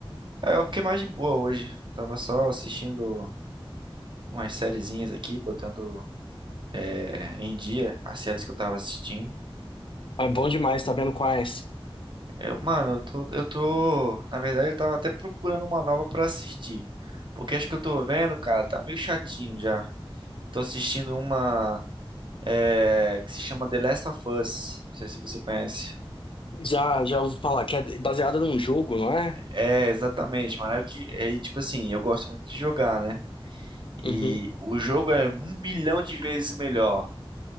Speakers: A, on the right; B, on the left.
A: É, eu fiquei mais de boa hoje. Tava só assistindo umas sériezinhas aqui, botando é, em dia as séries que eu tava assistindo.
B: É bom demais, tá vendo quais?
A: Eu, mano, eu tô, eu tô. Na verdade, eu tava até procurando uma nova pra assistir. Porque acho que eu tô vendo, cara, tá meio chatinho já. Tô assistindo uma. é, que se chama The Last of Us. Não sei se você conhece.
B: Já, já ouvi falar que é baseada num jogo, não é?
A: É, exatamente, mano. É o que, é, e, tipo assim, eu gosto muito de jogar, né? E
B: Uhum.
A: o jogo é um milhão de vezes melhor.